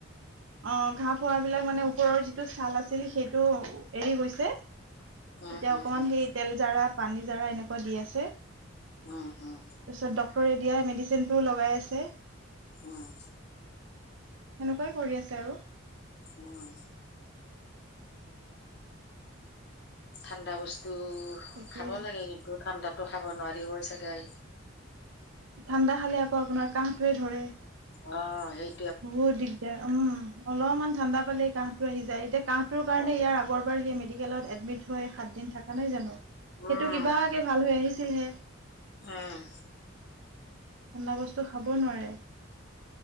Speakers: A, on the right; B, on the left.
A: অ', ঘাঁহ ফোৱা বিলাক মানে ওপৰৰ যিটো ছাল আছিল সেইটো এৰি গৈছে
B: উম
A: এতিয়া
B: উম
A: অকমান
B: উম
A: সেই তেল জাৰা, পানী জাৰা, এনেকুৱা দি আছে।
B: উম, উম,
A: তাৰপিছত ডক্তৰে দিয়া মেডিচিনটো লগাই আছে।
B: উম,
A: সেনেকুৱাই কৰি আছে আৰু
B: উম, ঠাণ্ডা বস্তু
A: তাকে
B: খাব লাগে কিন্তু ঠাণ্ডাতো খাব নোৱাৰিবই চাগাই।
A: ঠাণ্ডা খালে আকৌ আপোনাৰ কাহটোৱে ধৰে।
B: অ', সেই
A: বহুত দিগদাৰ উম, অলপমান ঠাণ্ডা পালে কাহটো আহি যায় এতিয়া কাহটোৰ কাৰণে
B: তাকে
A: ইয়াৰ আ আগৰবাৰ সেই মেডিকেলত এডমিট হৈ সাতদিন থকা নাই জানো। সেইটো
B: উম
A: কিবাকে ভাল হৈ আহিছিলহে ঠাণ্ডা
B: উম
A: বস্তু খাব নোৱাৰে।